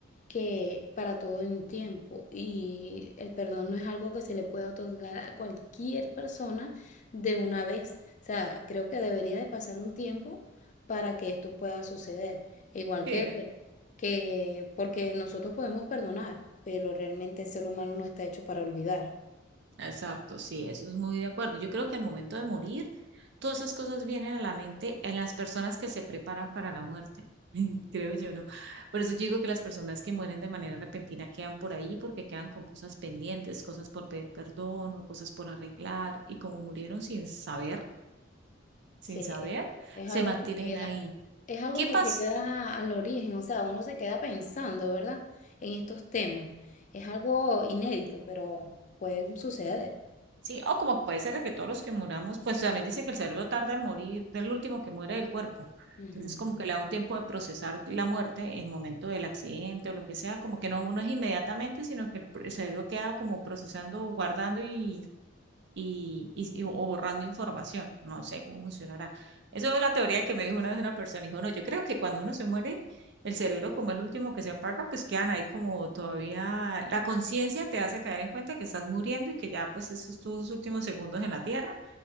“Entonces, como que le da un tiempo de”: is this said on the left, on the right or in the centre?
Right